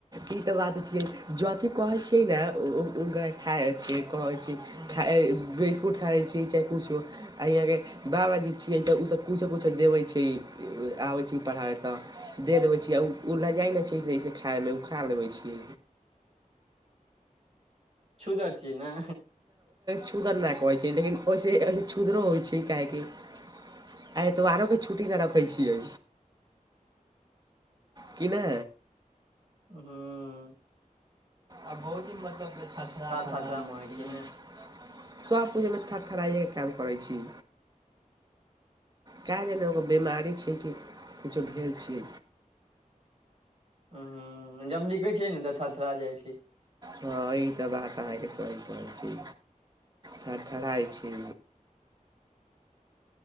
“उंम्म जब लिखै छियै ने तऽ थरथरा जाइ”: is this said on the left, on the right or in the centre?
Right